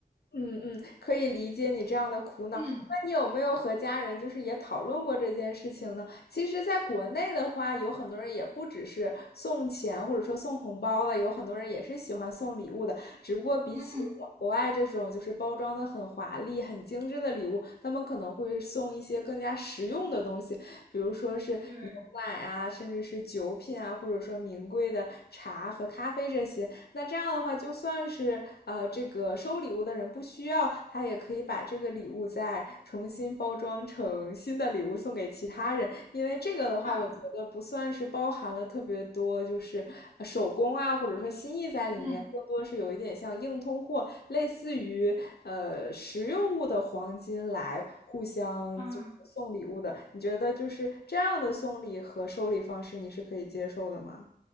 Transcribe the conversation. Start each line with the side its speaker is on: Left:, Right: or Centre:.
Left: 嗯嗯，可以理解你这样的苦恼。
Right: 嗯
Left: 那你有没有和家人就是也讨论过这件事情呢？其实，在国内的话，有很多人也不只是送钱或者说送红包的，有很多人也是喜欢送礼物的。只不过比起国外这种就是包装的很华丽、
Right: 嗯，
Left: 很精致的礼物，他们可能会送一些更加实用的东西。比如说是牛奶啊，
Right: 对
Left: 甚至是酒品啊，或者说名贵的茶和咖啡这些。那这样的话，就算是呃这个收礼物的人不需要，他也可以把这个礼物再重新包装成新的礼物送给其他人。因为这个的话，
Right: 啊，
Left: 我觉得不算是包含了特别多，就是呃手工啊，或者说心意在里面，
Right: 嗯
Left: 更多是有一点像硬通货，类似于呃实用物的黄金来互相就送礼物的，
Right: 啊。
Left: 你觉得就是这样的送礼和收礼方式，你是可以接受的吗？